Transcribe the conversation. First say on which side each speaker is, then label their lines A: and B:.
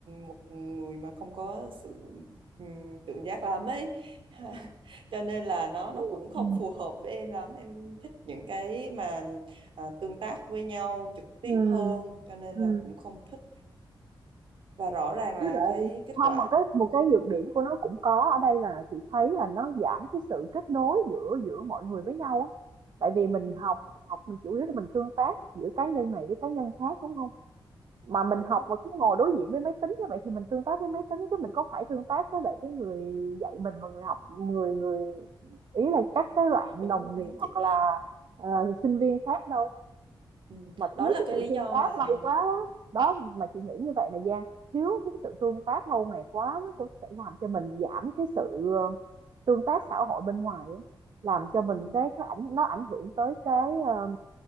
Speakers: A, on the right (about 80°); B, on the right (about 65°).
A: một người mà không có sự ừ, tự giác lắm ấy <laughs> cho nên là nó nó cũng
B: ừ,
A: không phù hợp với em lắm em thích những cái mà à, tương tác với nhau trực tiếp
B: ừm,
A: hơn cho nên
B: ừm,
A: là cũng không thích và rõ ràng
B: với
A: là
B: lại
A: cái kết
B: không
A: quả
B: mà cái một
A: cũng không
B: cái nhược
A: tốt
B: điểm của nó cũng có ở đây là chị thấy là nó giảm cái sự kết nối giữa giữa mọi người với nhau á. Tại vì mình
A: ừ,
B: học học mình chủ yếu là mình tương tác giữa cá nhân này với cá nhân khác, đúng không? mà mình
A: đúng
B: học mà cứ ngồi đối diện với máy tính như vậy thì mình tương tác với máy tính chứ mình có phải tương tác với lại cái người dạy mình và người học người người ý là các cái bạn
A: đúng
B: đồng
A: luôn
B: nghiệp
A: đó
B: hoặc
A: chị
B: là ờ, sinh viên khác đâu
A: ừ,
B: mà
A: đó
B: thiếu
A: là
B: cái
A: cái
B: sự
A: lý
B: tương
A: do
B: tác
A: mà
B: lâu quá á. đó mà chị nghĩ như vậy là Giang thiếu cái sự tương tác lâu ngày quá nó cũng sẽ làm cho mình giảm cái sự ờ, tương tác xã hội bên ngoài á. làm cho mình
A: ừ,
B: cái cái ảnh nó ảnh hưởng tới cái ờ,